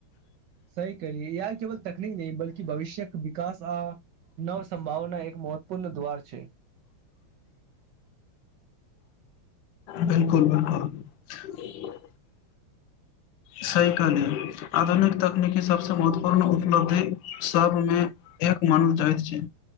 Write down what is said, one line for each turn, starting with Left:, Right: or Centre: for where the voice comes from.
Right: सही कहलियै इह केवल तकनीक नहि बल्कि भविष्यके विकास आ नवसंभावना एक महत्वपूर्ण द्वर छै
Left: बिलकुल बिलकुल
Right: <inaudible>
Left: सह कहली आधुनिक तकनीकी सभसँ महत्वपूर्ण उपलब्धि सभमे एफ मान चाह छै